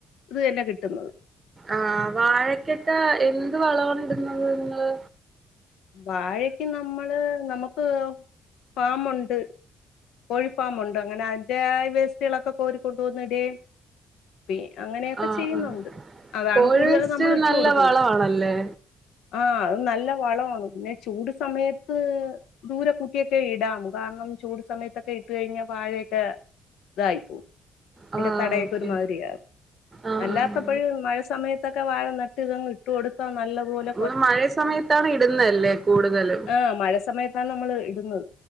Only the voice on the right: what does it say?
ആ വാഴക്കെട്ട് എന്ത് വളണ് ഇടുന്നത് നിങ്ങള്
ആഹ്
ആഹ്
കോഴി
വേസ്റ്റ്
നല്ല
വളമാണല്ലേ
ആഹ്
ഓക്കെ
ആഹ്
ആഹ്
ഒന്ന് മഴയ സമയത്താണ് ഇടുന്നല്ലേ കൂടുതലും